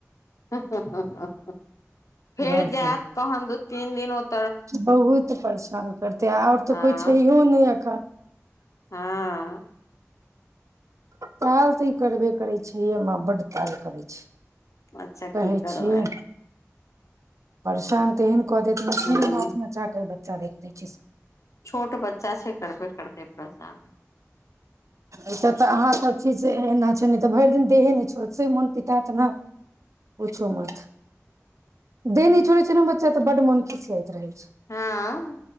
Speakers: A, on the left (about 70°); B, on the right (about 70°).
A: <unintelligible> फेर
B: घर
A: जैत
B: चलो
A: तहन दु तीन दिन ओ
B: बहुत परेशान करते आओर तऽ
A: हँ
B: कोइ छहिओ नय एखन
A: हँ
B: ताल तऽ ई करबे करै छै यै माँ बड्ड ताल करै छै
A: अच्छा
B: कहै
A: की करबै
B: छियै परेशान तऽ एहन कऽ देत नचनी
A: ह
B: नाच नचा कऽ ई बच्चा रैख दै छै
A: छोट बच्चा छै करबे करते परेसान
B: एतऽ तऽ अहाँसभ छी से एना छै नय तऽ भैर दिन देहे नय छोड़त से मोन पितैत नऽ पुछू मत देह नय छोड़ै छै नऽ बच्चा तऽ बड्ड मोन खसियाइत रहै छै
A: हँ